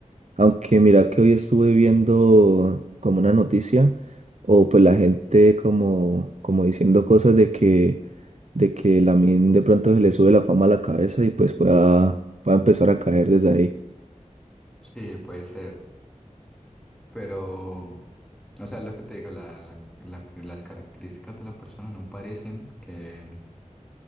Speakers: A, on the right; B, in the centre.
A: Aunque mira que hoy estuve viendo como una noticia, o pues la gente como, como diciendo cosas de que de que Lamine de pronto se le sube la fama a la cabeza y pues pueda, pueda empezar a caer desde ahí.
B: Sí, puede ser. Pero O sea, lo que te digo, la, la- la- las características de la persona no parecen que,